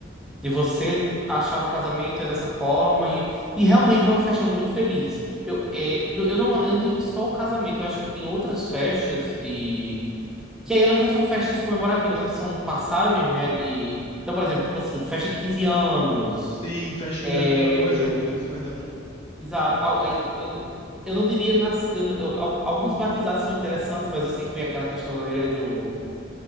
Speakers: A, in the centre; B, on the left.
A: de você achar que o casamento é dessa forma e, e realmente é uma festa muito feliz. Eu, é, do- eu, não, eu não digo só o casamento, eu acho que tem outras festas de... que aí elas não são festas comemorativas, mas são passagens, né, de... Então, por exemplo, tipo assim, festa de 15 anos,
B: Sim, festa de
A: é,
B: 15 anos também é um bom exemplo disso, é verdade.
A: exato, Al- é, eu, eu não diria... Nas, eu eu- al- alguns batizados são interessantes, mas eu sei que vem aquela questão né, do...